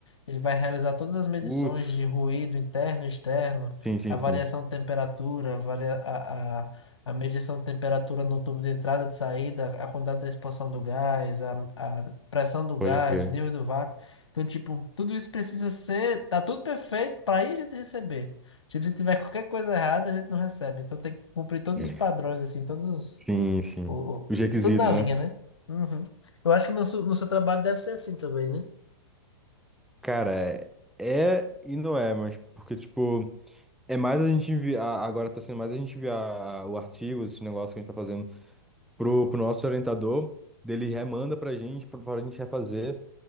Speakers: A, on the left (about 80°); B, in the centre.
A: ele vai realizar todas as medições
B: Putz.
A: de ruído interno e externo,
B: Sim, sim,
A: a variação
B: sim.
A: de temperatura, a, varia- a, a a medição de temperatura no tubo de entrada e de saída, a quantidade da expansão do gás, a, a pressão do gás,
B: Pode crer.
A: o nível do vácuo. Então, tipo, tudo isso precisa ser. Tá tudo perfeito para aí a gente receber. Tipo, se tiver qualquer coisa errada, a gente não recebe. Então tem que cumprir todos
B: É.
A: os padrões, assim, todos os.
B: Sim, sim.
A: O, o-
B: Os requisitos,
A: tudo na linha,
B: né?
A: né? Uhum. Eu acho que no seu, no seu trabalho deve ser assim também, né?
B: Cara, é é e não é, mas porque, tipo, é mais a gente enviar. Agora tá sendo mais a gente enviar o artigo, esse negócio que a gente tá fazendo pro, pro nosso orientador, dele remanda pra gente, pra, pra gente refazer.